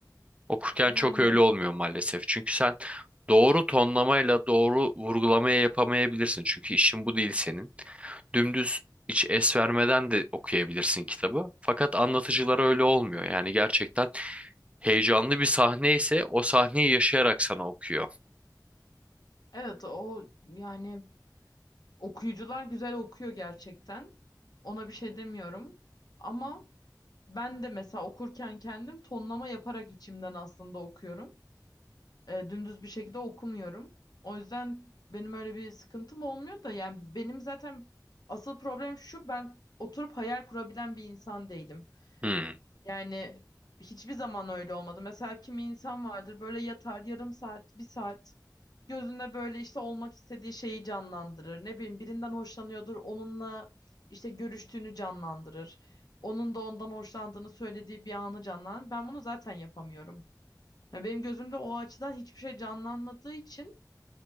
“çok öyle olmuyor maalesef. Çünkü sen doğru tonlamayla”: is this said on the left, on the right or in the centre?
Right